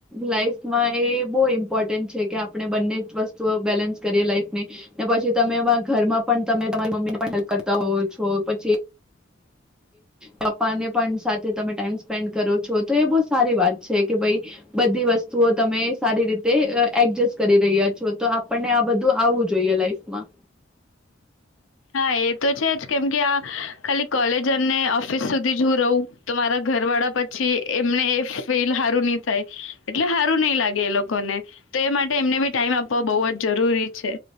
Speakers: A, in the centre; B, on the left (about 90°).
A: લાઈફમાં એ બહુ ઇમ્પોર્ટન્ટ છે કે આપણે બંને વસ્તુઓ બેલેન્સ કરીએ લાઈફ ની ને પછી તમે ઘરમાં પણ તમે તમારી મમ્મીને પણ હેલ્પ કરતા હોવ છો પછી ચપ્પાને પણ સાથે તમે ટાઈમ સ્પેન્ડ કરો છો તો એ બહ સારી વાત છે કે ભાઈ બધી વસ્તુઓ તમે સારી રીતે એડજસ્ટ કરી રહ્યા છો તો આપણને આ બધું આવવું જોઈએ લાઈફમાં
B: હા એ તો છે જ કેમ કે આ ખાલી કોલેજ અને ઓફિસ સુધી જો રહું તો મારા ઘર વાળા પછી એમને એ ફીલ હારું ની થાય એટલે હારું ની લાગે એ લોકોને તો એ માટે એમને બી ટાઈમ આપવા બોહ જ જરૂરી છે